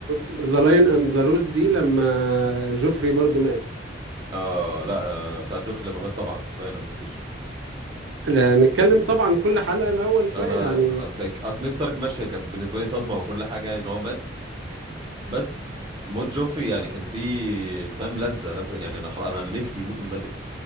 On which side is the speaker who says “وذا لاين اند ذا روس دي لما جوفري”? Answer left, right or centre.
Right